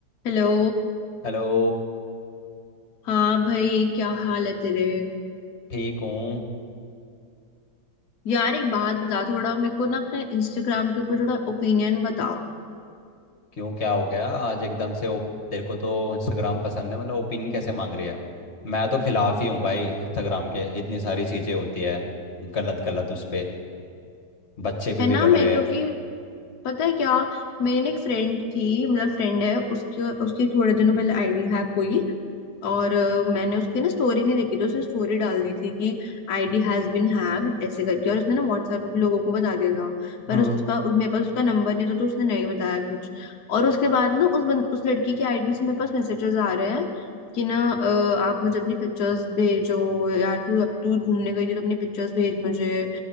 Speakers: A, on the left; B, on the left.
A: Hello
B: Hello
A: हाँ भाई क्या हाल है तेरे
B: ठीक हूँ
A: यार एक बात बता थोड़ा मेरे को ना अपने इंस्टाग्राम के ऊपर थोड़ा ओपिनियन बता
B: क्यों क्या हो गया आज एकदम से ओप, तेरे को तो इंस्टाग्राम पसंद है मतलब ओपिनियन कैसे मांग रही है मैं तो खिलाफ ही हूँ भाई इंस्टाग्राम के इतनी सारी चीज़ें होती है गलत गलत उस पे बच्चे भी
A: है
B: बिगड़
A: ना मैं
B: रहे
A: क्योंकि
B: हैं
A: पता है क्या मेरी ना एक फ्रेंड थी मतलब फ्रेंड है उसके उसकी थोड़े दिनों पहले आईडी हैक हुई और अ, मैंने उसकी ना स्टोरी नहीं देखी तो उसने स्टोरी डाल दी थी कि आईडी हैज बीन हैक्ड ऐसे करके और उसने ना व्हाट्सएप पे भी लोगों को बता दिया था पर
B: हम्म
A: उसका मेरे पास उसका नंबर नहीं था तो उसने नहीं बताया कुछ और उसके बाद ना उस बन, उस लड़की की आईडी से मेरे पास मैसेजेस आ रहे हैं कि ना अ, आप मुझे अपनी पिक्चर्स भेजो यार तू अब तू घूमने गई थी तो अपनी पिक्चर्स भेज मुझे